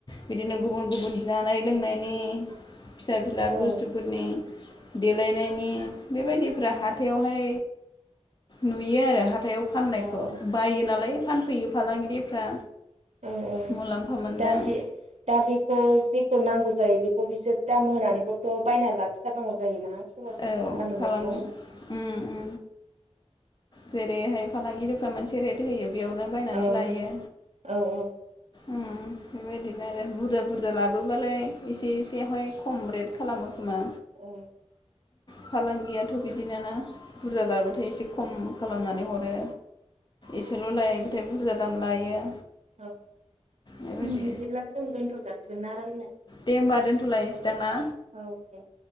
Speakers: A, on the left; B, on the right.
A: बिदिनो गुबुन गुबुन जानाय लोंनायनि फिसा बिला
B: औ
A: बुस्थुफोरनि देलायनायनि बेबायदिफ्रा हाथायावहाय नुयो आरो हाथायाव फाननायखौ
B: औ
A: बायो नालाय फानफैयो फालांगिरिफ्रा
B: औ औ
A: मुलाम्फा मोननो
B: दा बे दा बेखौ जेखौ नांगौ जायो बे खौ बिसोर दाम होनानैबोथ' बायना लाखिथारनांगौ जायोना? सहरनि
A: औ
B: फानहैनायखौ
A: खालाम उम उम जेरैहाय फालांगिरिफ्रा मोनसे रेट होयो। बेयावनो बायनानै
B: औ
A: लायो।
B: औ औ
A: उम बेबायदिनो आरो बुरजा बुरजा लाबोबालाय एसे एसेहाय खम रेट खालामो खोमा
B: औ
A: फालांगियाथ' बिदिनोना बुरजा लाबो थाय एसे खम खालामना नानै हरो एसेल' लायोब्लाथाय बुरजा दाम लायो।
B: औ
A: बेबायदि
B: बिदिब्ला जो दोनथ'जा <unintelligible>
A: दे होमबा दोन्थ'लायनोसैदां ना?
B: औ दे।